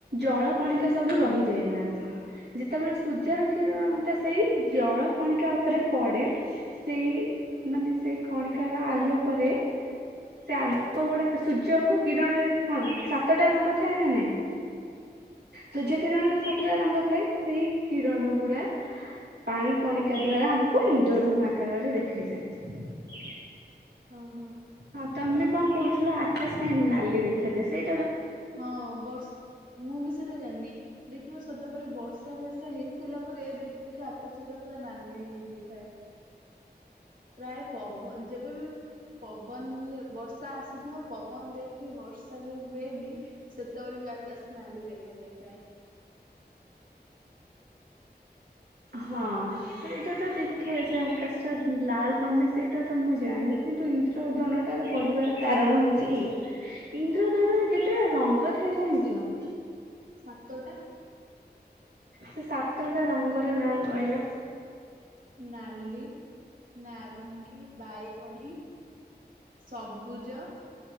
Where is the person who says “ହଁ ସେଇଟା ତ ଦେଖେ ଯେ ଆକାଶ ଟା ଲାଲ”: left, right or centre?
Right